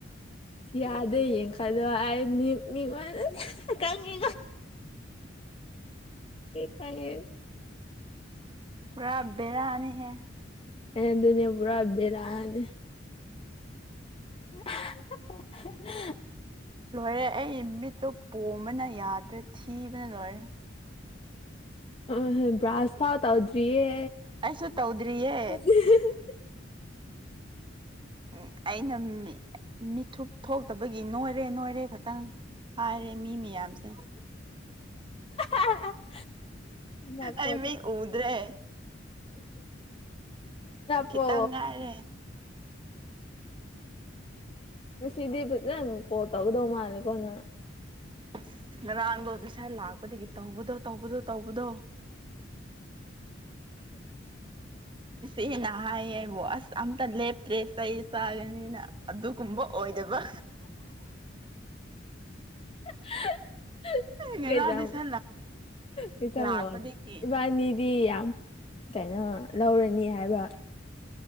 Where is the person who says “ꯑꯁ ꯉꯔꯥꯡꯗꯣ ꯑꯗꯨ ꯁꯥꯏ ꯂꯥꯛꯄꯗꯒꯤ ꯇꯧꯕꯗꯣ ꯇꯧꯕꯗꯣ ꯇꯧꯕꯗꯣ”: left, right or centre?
Right